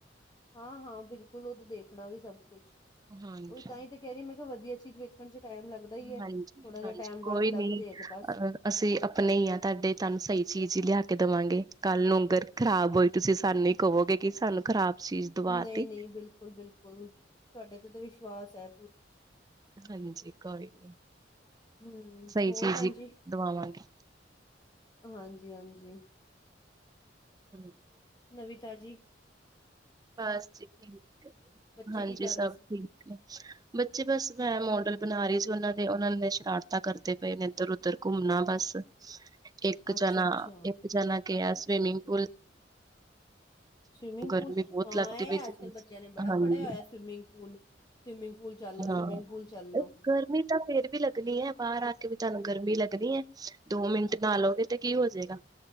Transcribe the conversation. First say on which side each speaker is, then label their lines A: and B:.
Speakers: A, on the left (about 20°); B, on the right (about 20°).
A: ਹਾਂ, ਹਾਂ ਬਿਲਕੁਲ ਉਹ ਤਾਂ ਦੇਖਣਾ ਵੀ ਸਭ ਕੁਛ
B: ਹਾਂਜੀ
A: ਉਹੀ ਤਾਂ ਹੀ ਤੇ ਕਹਿ ਰਹੀ। ਮੈਂ ਕਿਹਾ ਵਧੀਆ ਚੀਜ਼ ਵੇਖ ਦੇਣ ਚ ਟਾਈਮ ਲੱਗਦਾ ਈ ਐ
B: ਹਾਂਜੀ,
A: ਥੋੜਾ ਜਿਹਾ
B: ਹਾਂਜੀ
A: ਟਾਈਮ
B: ਕੋਈ
A: ਵੱਧ ਲੱਗ
B: ਨੀ
A: ਜੇ ਬਸ
B: ਅ ਅਸੀਂ ਆਪਣੇ ਹੀ ਆ ਤੁਹਾਡੇ ਤੁਹਾਨੂੰ ਸਹੀ ਚੀਜ਼ ਹੀ ਲਿਆ ਕੇ ਦੇਵਾਂਗੇ। ਕੱਲੂ ਅਗਰ ਖ਼ਰਾਬ ਹੋਈ ਤੁਸੀਂ ਸਾਨੂੰ ਹੀ ਕਹੋਗੇ ਕਿ ਸਾਨੂੰ ਖ਼ਰਾਬ ਚੀਜ਼ ਦਵਾ
A: ਨਹੀਂ,
B: ਤੀ
A: ਨਹੀਂ ਬਿਲਕੁਲ ਬਿਲਕੁਲ ਤੁਹਾਡੇ ਤੇ ਤਾਂ ਵਿਸ਼ਵਾਸ ਐ।
B: ਹਾਂਜੀ ਕੋਈ ਨੀ
A: ਹਮ
B: ਸਹੀ
A: ਹੋਰ
B: ਚੀਜ਼
A: ਭੈਣ
B: ਹੀ
A: ਜੀ
B: ਦਵਾਵਾਂਗੇ।
A: ਹਾਂਜੀ, ਹਾਂਜੀ।
B: ਹੂੰ।
A: ਨਵੀ-ਤਾਜੀ।
B: ਬਸ ਜੀ ਠੀਕ।
A: ਬੱਚੇ
B: ਹਾਂਜੀ
A: ਕੀ ਕਰ ਰਹੇ
B: ਸਭ
A: ਸੀ
B: ਠੀਕ ਨੇ ਬੱਚੇ ਬਸ ਮੈਂ ਮੋਡਲ ਬਣਾਰੀ ਸੀ ਉਹਨਾਂ ਦੇ ਉਹਨਾਂ ਨੇ ਸ਼ਰਾਰਤਾਂ ਕਰਦੇ ਪਏ ਨੇ ਇੱਧਰ- ਉਧਰ ਘੁੰਮਣਾ ਬਸ। ਇੱਕ
A: ਅੱਛਾ
B: ਜਾਣਾ
A: ਅੱਛਾ
B: ਇੱਕ ਜਾਨਾ ਗਿਆ ਸਵਿਮਿੰਗ ਪੂਲ
A: ਸਵਿਮਿੰਗ
B: ਗਰਮੀ
A: ਪੂਲ
B: ਬਹੁਤ
A: ਹਾਂ
B: ਲੱਗਦੀ
A: ਇਹ
B: ਬ
A: ਅੱਜ ਕੱਲ ਬੱਚਿਆਂ ਨੇ ਬੜਾ
B: ਹਾਂਜੀ
A: ਫੜਿਆ ਹੋਇਆ ਸਵਿਮਿੰਗ ਪੂਲ ਸਵਿਮਿੰਗ ਪੂਲ ਚੱਲ ਲੋ
B: ਹਾਂ
A: ਸਵਿਮਿੰਗ ਪੂਲ ਚੱਲ ਲੋ
B: ਗਰਮੀ ਤਾਂ ਫੇਰ ਵੀ ਲੱਗਣੀ ਐ ਬਾਹਰ ਆ ਕੇ ਵੀ ਤੁਹਾਨੂੰ ਗਰਮੀ ਲੱਗ ਹੈ ਦੋ ਮਿੰਟ ਨਾ ਲਓਗੇ ਤੇ ਕੀ ਹੋ ਜਾਏਗਾ?